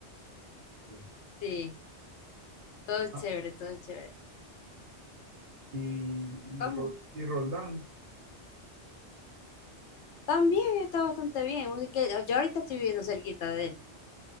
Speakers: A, on the right; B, on the left.
A: y,
B: Sí, todo es
A: ah,
B: chévere, todo es chévere.
A: y,
B: ¿Cómo?
A: y, Ro- y Roldán.
B: También está bastante bien. así que Yo ahorita estoy viviendo cerquita de él.